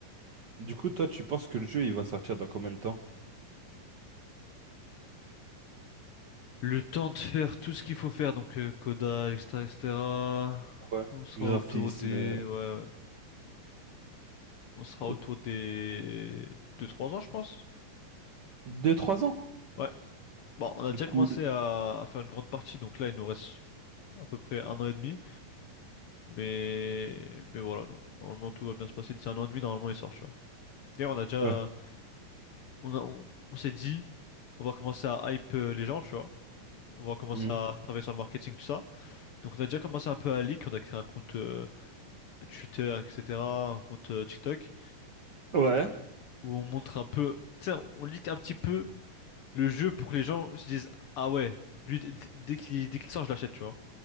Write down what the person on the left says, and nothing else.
Le temps de faire tout ce qu'il faut faire, donc euh, codage, etc., etc.
On sera
autour des...
Ouais, ouais. On sera
autour des... deux trois ans, je pense.
Ouais. Bon, on a
déjà
commencé
à... à faire une grande partie, donc là, il nous reste à peu près un an et demi. Mais... Mais voilà, non. Normalement, tout va bien se passer. D'ici un an et demi, normalement, il sort, tu vois. D'ailleurs, on a déjà...
On a... on on s'est dit, on va commencer à hype euh, les gens, tu vois. On va commencer
à travailler sur le marketing, tout ça. Donc, on a déjà commencé un peu à leak. On a créé un compte... euh, Twitter, etc., un compte euh, TikTok,
où on montre un peu, tu sais, on lit un petit peu le jeu pour que les gens se disent, ah ouais, lui, d- d- dès qu'il dès qu'il sort, je l'achète, tu vois.